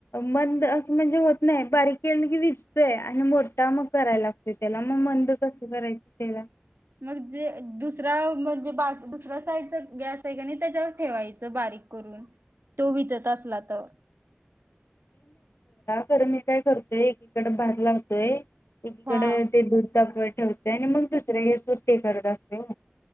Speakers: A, on the left; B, on the right.
A: मंद असं म्हणजे होत नाही बारीक के की विजतोय आणि मोठा मग करायला लागतो. त्याला मग मंद कस. करायचं त्येला
B: मग जे दुसरा म्हणजे बाजू दुसऱ्या साईडचा गॅस आहे का नाही, त्याच्यावर ठेवायचं बारीक करून. तो विजत असला त
A: तर मी काय करतेय, एकीकडे भात लावतेय. एकीकडे
B: हा
A: ते दुद तापत. ठेवते आणि मग दुसरे हे सुट्ट ते करत असते हो.